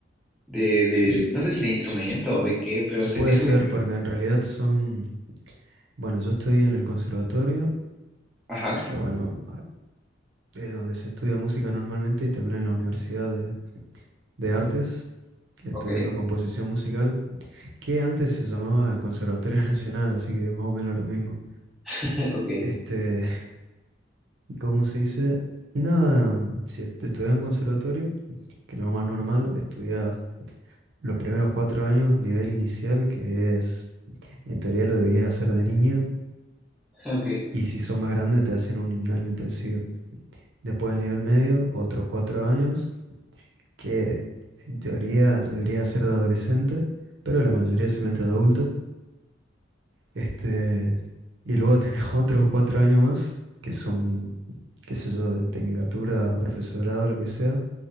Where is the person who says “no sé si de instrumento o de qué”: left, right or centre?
Centre